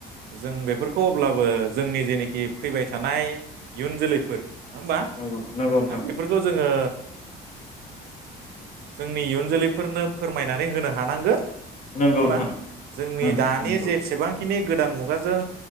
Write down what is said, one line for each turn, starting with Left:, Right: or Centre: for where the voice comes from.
Right: जों बेफोरखौ अब्लाबो जोंनि जेनोखि फैबाय थानाय इयुन जोलैफोर नङा होमबा
Left: नंगौ नंगौ नोंथां
Right: ना बेफोरखौ जोङो जोंनि इयुन जोलैफोरनो फोरमायनानै होनो हानांगोन। नङा
Left: नंगौ
Right: होमबा
Left: नोंथां
Right: जोंनि
Left: उम
Right: दानि
Left: नंगौ
Right: जेसेबांखिनि गोदान मुगाजों